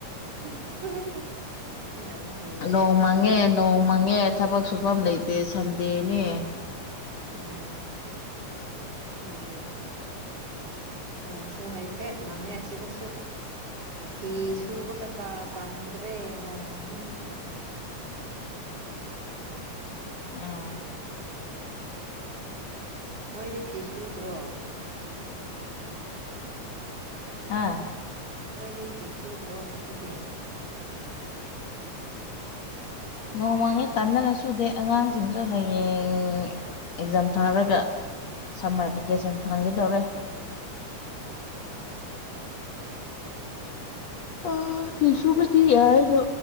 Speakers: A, on the right; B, on the left.
A: <unintelligible> ꯌꯥꯝ ꯐꯩꯅꯦ
B: ꯅꯣꯡ
A: ꯑꯩꯈꯣꯏꯗꯤ
B: ꯃꯪꯉꯦ ꯅꯣꯡ ꯃꯪꯉꯦ ꯊꯕꯛ ꯁꯨꯐꯝ ꯂꯩꯇꯦ ꯁꯟꯗꯦꯅꯦ
A: ꯎꯝ ꯍꯣꯏꯅꯦ ꯅꯣꯡꯁꯨ ꯍꯥꯏꯐꯦꯠ ꯃꯥꯡꯉꯦ ꯑꯁꯤꯗꯁꯨ ꯐꯤ ꯁꯨꯕ ꯀꯀꯥ ꯀꯪꯗ꯭ꯔꯦ ꯅꯣꯡ ꯃꯥꯡꯃꯟꯗꯨꯅ
B: ꯎꯝ
A: ꯅꯣꯏꯗꯤ ꯐꯤ ꯁꯨꯗ꯭ꯔꯣ
B: ꯑꯥ
A: ꯅꯣꯏꯗꯤ ꯐꯤ ꯁꯨꯗ꯭ꯔꯣ ꯉꯁꯤꯗꯤ
B: ꯅꯣꯡꯃꯥꯡꯉꯦ ꯇꯥꯟꯅꯔ ꯁꯨꯗꯦ ꯑꯉꯥꯡꯁꯤꯡꯁꯨ ꯍꯌꯦꯡ ꯑꯦꯛꯖꯥꯝ ꯊꯥꯔꯒ ꯁꯝꯃꯔ ꯚꯦꯀꯦꯁꯟ ꯐꯪꯈꯤꯗꯧꯔꯦ
A: ꯑꯣ
B: ꯑ ꯐꯤꯁꯨꯨꯕꯗꯤ ꯌꯥꯏ ꯑꯗꯣ